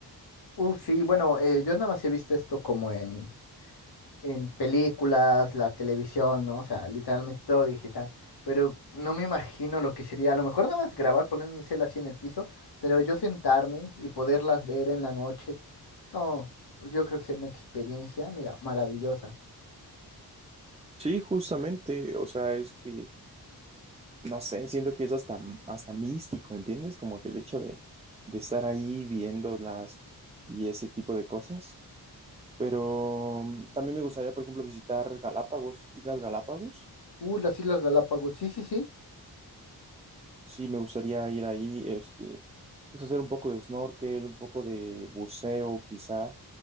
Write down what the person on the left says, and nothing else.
uf, sí, bueno, eh, yo nada más he visto esto como en en películas, la televisión, ¿no? O sea, literalmente todo digital. Pero no me imagino lo que sería, a lo mejor nada más grabar, poner mi cel así en el piso, pero yo sentarme y poderlas ver en la noche. No, yo creo que sería una experiencia, mira, maravillosa.
Uh, las Islas Galápagos, sí, sí, sí.